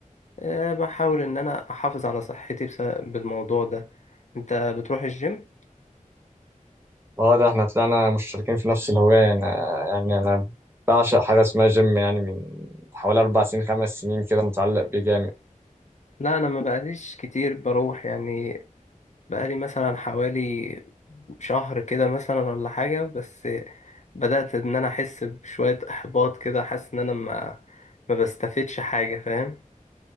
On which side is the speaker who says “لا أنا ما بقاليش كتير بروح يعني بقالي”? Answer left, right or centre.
Left